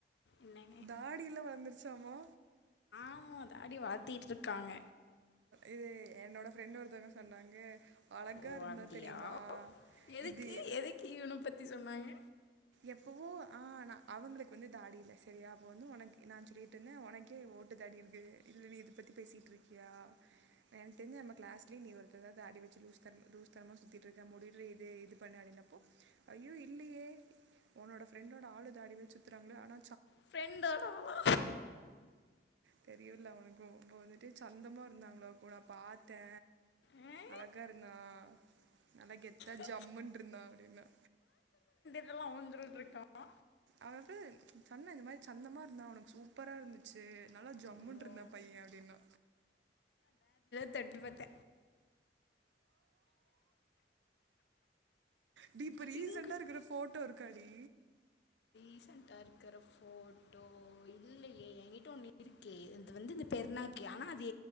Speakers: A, on the left; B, on the right.
A: என்னன்னு
B: தாடியெலா வளந்துருச் சாமா
A: ஆமா தாடி வளத்திட்ருக்காங்க
B: இது என்னோட ஃப்ரெண்ட் ஒருத்தவங்க சொன்னாங்க அழகா
A: ஓ
B: இருந்தா
A: அப்படியா
B: தெரியுமா
A: எதுக்கு
B: இது
A: எதுக்கு இவனை பற்றி சொன்னாங்க
B: எப்பவோ ஆ ந அவங்களுக்கு வந்து தாடி இல்ல சரியா அப்போ வந்து உனக் நா சொல்லிட்ருந்தே ஒனக்கே ஒட்டு தாடி இருக்கு இல்லடி இத பத்தி பேசிட்ருக்கியா எனக்கு தெரிஞ்சு நம்ம க்ளாஸ்லயே நீ ஒருத்தந்தா தாடி வச்சு லூஸ்த லூஸ்தனமா சுத்திட்ருக்க முடி ரி இது இது பண்ணாத என்னப்போ ஐயோ இல்லையே உன்னோட ஃப்ரெண்டோட ஆளு தாடி வச்சி சுத்துறாங்கள ஆனா
A: ஃப்ரெண்டோட ஆளா
B: தெரியவுல அவுனுக்கு இப்ப வந்துட்டு சந்தமா இருந்தாங்ள அப்போ நா பாத்த
A: ஆ?
B: அழகா இருந்தா நல்லா கெத்தா
A: ஆ?
B: ஜம்முன் இருந்தா அப்டின்னா
A: இதெல்லா அவஞ்சொல்ட்ருக்கானா
B: அவ அப்ப சொன்ன இந்த மாரி சந்தமா இருந்தா அவுனுக்கு சூப்பரா இருந்துச்சு நல்லா ஜம்முன்
A: அம்போ
B: இருந்தா பைய அப்டினா
A: தொட்டு பாத்த
B: டி இப்ப ரீசண்டா
A: இங்குட்
B: இருக்கற ஃபோட்டோ இருக்காடி
A: ரீசண்ட்டா இருக்கிற ஃபோட்டோ இல்லையே எங்கிட்ட ஒண்ணு இருக்கே இது வந்து இந்த பெருனாக் கி ஆனா அது